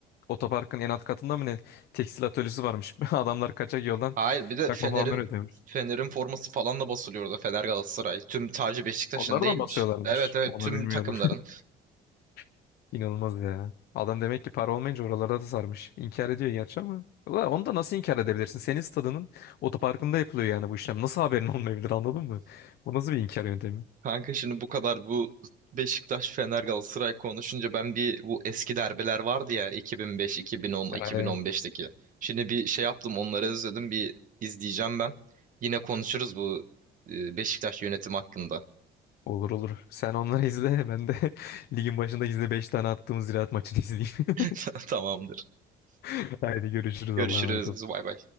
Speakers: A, on the left; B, on the right.
A: otoparkın en alt katında mı ne tekstil atölyesi varmış. <laughs> Adamlar kaçak yoldan
B: Hayır bir de
A: çakma
B: Fener'in
A: forma üretiyormuş.
B: Fener'in forması falan da basılıyordu. Fener Galatasaray. Tüm tacı Beşiktaş'ın
A: Onları
B: değilmiş.
A: da mı basıyorlarmış?
B: Evet evet
A: Onu
B: tüm
A: bilmiyordum.
B: takımların.
A: <laughs> İnanılmaz ya. Adam demek ki para olmayınca oralarda da sarmış. İnkar ediyor gerçi ama. Ulan onu da nasıl inkar edebilirsin? Senin stadının otoparkında yapılıyor yani bu işlem. Nasıl haberin olmayabilir anladın mı? Bu nasıl bir inkar yöntemi?
B: Kanka şimdi bu kadar bu Beşiktaş Fener Galatasaray konuşunca ben bir bu eski derbiler vardı ya 2005, 2010, 2015'teki.
A: Yani
B: Şimdi bir şey yaptım onları izledim bir izleyeceğim ben. Yine konuşuruz bu e, Beşiktaş yönetim hakkında.
A: olur olur. Sen onları izle. Ben de <laughs> ligin başında izle 5 tane attığımız ziraat maçını izleyeyim.
B: <laughs> Tamam.
A: <laughs> Haydi görüşürüz.
B: Görüşürüz.
A: Allah'a emanet ol.
B: Bay bay.